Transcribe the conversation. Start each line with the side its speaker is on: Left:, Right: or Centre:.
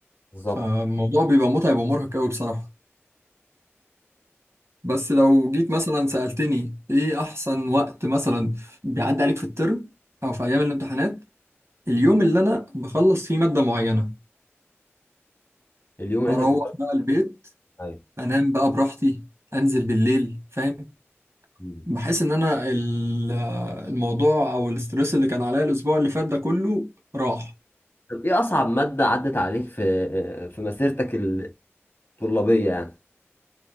Left: بالظبط
Right: فالموضوع بيبقى متعب ومرهق قوي بصراحة بس لو جيت مثلا سألتني إيه أحسن وقت مثلا بيعدي عليك في الترم أو في أيام الامتحانات اليوم اللي انا بخلص فيه مادة معينة
Left: اليوم اللي
Right: اروح
Left: انت
Right: بقى البيت
Left: ايوه
Right: انام بقى براحتي انزل بالليل فاهم
Left: مم.
Right: بحس ان انا ال- آه، الموضوع او الاسترس اللي كان عليا الاسبوع اللي فات ده كله راح
Left: طب ايه اصعب مادة عدت عليك في في مسيرتك الطلابية يعني